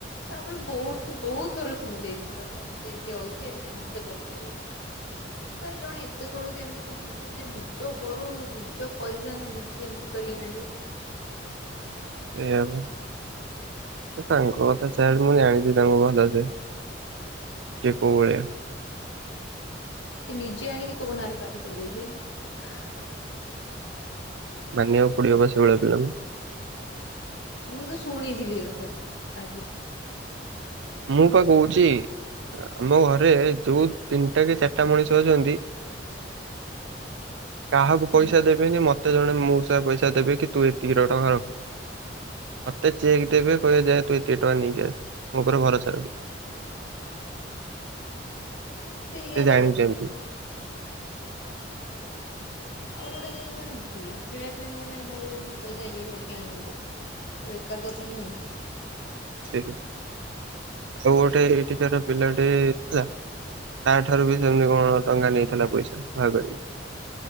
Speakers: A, on the left; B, on the right.
A: ତାପରେ ବୋହୁତ ବୋହୁତ ଥର ଶୁଣଲି ଜିନିଷଟା ଏମିତି ଏମିତି ହୋଉଛି ଏମିତି ଏମିତି ସେ କରୁଚି ଉଁ ଭାଇ ଜଣ ଏତେ ତଳୁକୁ କେମିତି ଖସିଯିବ ଯେ ନି ରୁ ନିଜ ପଇସା ନିଜେ ଏମିତି କରିକି ଆଣିବ।
B: ସେୟା ପା। ହେ ତାଙ୍କ କଥା ଛାଡ଼ ମୁଁ ଜାଣିଚି ତାଙ୍କୁ ଭଲସେ। କିଏ କୋଉ ଭଳିଆ?
A: ସିଏ ନିଜେ ଆଣିକି ତୋ ନାଁରେ ପାରି କରିଦେଇଚି ଆଁ।
B: ମାନିବାକୁ ପଡିବ ପା ସେଇ ଭଳିଆ ପିଲାଙ୍କୁ।
A: ମୁଁ କିନ୍ତୁ ଶୁଣିଥିଲି ଏଇ କଥାଟା ଆଗୁରୁ।
B: ମୁଁ ପା କୋହୁଚି ଅଁ ଆମ ଘରେ ଯୋଉ ତିନିଟା କି ଚାରିଟା ମଣିଷ ଅଛନ୍ତି।
A: <inaudible>
B: କାହାକୁ
A: ହୁଁ
B: ପଇସା ଦେବେନି ମତେ ଜଣେ ମୋଉସା ପଇସା ଦେବେ କି ତୁ ଏତିକି ର ଟଙ୍କା ରଖ। ମତେ ଚେକ୍ ଦେବେ କହିବେ ଯା ତୁ ଏତିିକି ଟଙ୍କା ନେଇକି ଆସେ। ମୋଉପରେ ଭରସା ରଖିବେ।
A: ସେଇଆ
B: ସେ
A: ତ
B: ଜାଣିଛନ୍ତି
A: କଥା। କାଲି ଆଉ ଗୋଟେ ଜିନିଷ ଜଣେ ଗେମ୍ ଖେଳିବା ପାଇଁ କ ପାଇଁ ଘରୁ ଏମିତି ପଇସା ଇଏ କରିକି ଆଣିବଜେ? ବେକାର କଥା ନୁହେଁ।
B: ଠିକ୍ ଆଉ ଗୋଟେ ଏଠିକାର ପିଲାଟି ଥିଲା। ତାଠାରୁ ବି ସେମିତି କଣ ଟଙ୍କା ନେଇଥିଲା ପଇସା ଭାଗ କରିକି।